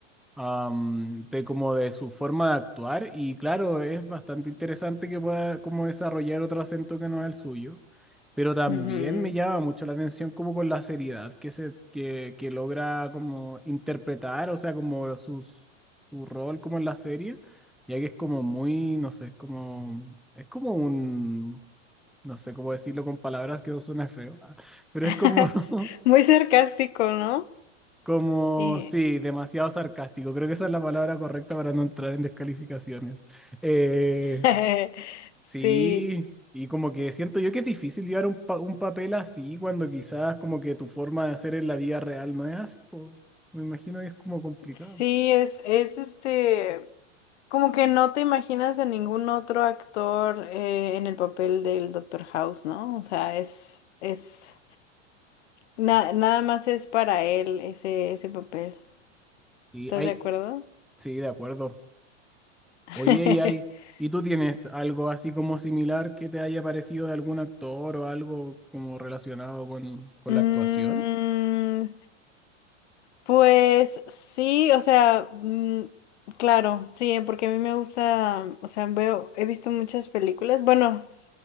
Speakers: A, in the centre; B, on the left (about 65°).
A: am, de como de su forma de actuar y claro, es bastante interesante que pueda como desarrollar otro acento que no es el suyo, pero también
B: Ujú.
A: me llama mucho la atención como con la seriedad que se que, que logra como interpretar, o sea, como sus- su rol como en la serie, ya que es como muy, no sé, es como es como un no sé cómo decirlo con palabras que no suena feo, <laughs> pero
B: <laughs>
A: es como <laughs>
B: Muy sarcástico, ¿no?
A: Como,
B: Eh,
A: sí, demasiado sarcástico. Creo que esa es la palabra correcta para no entrar en descalificaciones. Eh,
B: <laughs> sí,
A: sí, y como que siento yo que es difícil llevar un, pa- un papel así cuando quizás como que tu forma de hacer en la vida real no es así, po. Me imagino que es como complicado.
B: sí, es, es este. Como que no te imaginas a ningún otro actor eh, en el papel del Doctor House, ¿no? O sea, es, es, na- nada más es para él ese, ese papel.
A: Y
B: ¿Estás
A: hay,
B: de acuerdo?
A: sí, de acuerdo.
B: <laughs>
A: Oye, y hay, ¿y tú tienes algo así como similar que te haya parecido de algún actor o algo como relacionado con, con
B: Mm,
A: la actuación?
B: pues sí, o sea, mm, claro, sí, porque a mí me gusta, o sea, veo, he visto muchas películas, bueno,